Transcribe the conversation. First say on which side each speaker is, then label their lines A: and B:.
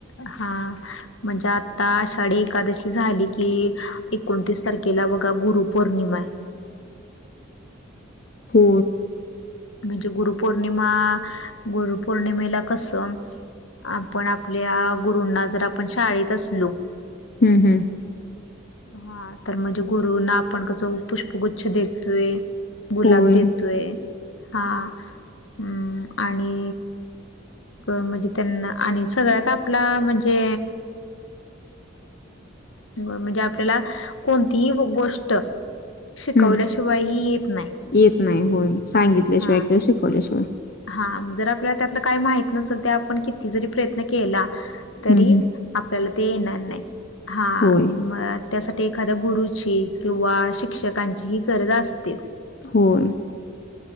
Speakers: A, on the left; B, on the left.
A: हा म्हणजे आता आषाढी एकादशी झाली की, एकोणतीस तारखेला बघा गुरुपौर्णिमा आहे.
B: हो
A: म्हणजे गुरुपौर्णिमा, गुरुपौर्णिमेला कसं आपण आपल्या गुरूंना जर आपण शाळेत असलो
B: हम्म हम्म
A: हा, तर म्हणजे गुरुंना आपण कसं पुष्पगुच्छ देतोय. गुलाब
B: होय.
A: देतोय, हा म आणि क म्हणजे त्यांना आणि सगळ्यात आपला म्हणजे म्हणजे आपल्याला, कोणतीही गोष्ट शिकवल्या
B: हं.
A: शिवायही येत नाही.
B: येत नाही होय, सांगितल्याशिवाय
A: हा
B: किंवा शिकवल्याशिवाय.
A: हा, जर आपल्याला त्यातलं काय माहित नसेल, तर आपण किती जरी प्रयत्न केला तरी
B: हं, हं.
A: आपल्याला ते येणार नाही, हा
B: होय.
A: म त्यासाठी एखाद्या गुरुची किंवा शिक्षकांची ही गरज असतेच.
B: होय